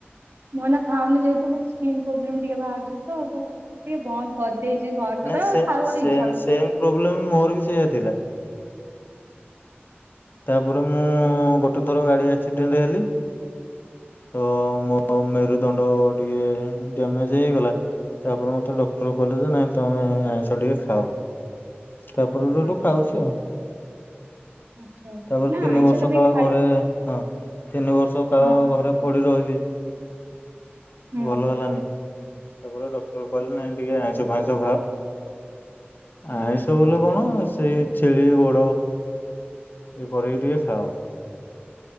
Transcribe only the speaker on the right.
ମୁଁ ଏଇନା ଖାଉନି ଯେହେତୁ ମୋର ସ୍କିନ୍ ପ୍ରୋବ୍ଲେମ ଟିକେ ବାହାରିଚି ତ। ତ ମୁଁ ଏ ଟିକେ ବନ୍ଦ କରିଦେଇଚି <unintelligible> ଆଉ ଖାଇବାକୁ
ମତେ
ଇଚ୍ଛା ହଉନି।
ଆଚ୍ଛା
<inaudible>
ନା
ଆଇଁଷ
ଟା ବି
ଖାଇ
ହଁ
ହୁଁ।